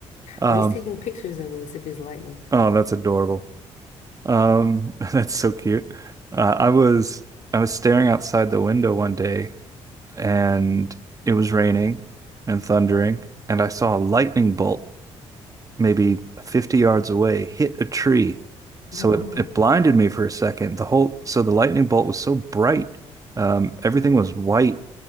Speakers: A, on the right; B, on the left.
A: Um,
B: Or he's taking pictures of us if it's lightning.
A: oh,
B: <laughs>
A: that's adorable. Um, <laughs> that's so cute. Uh, I was I was staring outside the window one day and it was raining and thundering and I saw a lightning bolt maybe 50 yards away, hit a tree. So
B: No.
A: it, it blinded me for a second. The whole so the lightning bolt was so bright. Um, everything was white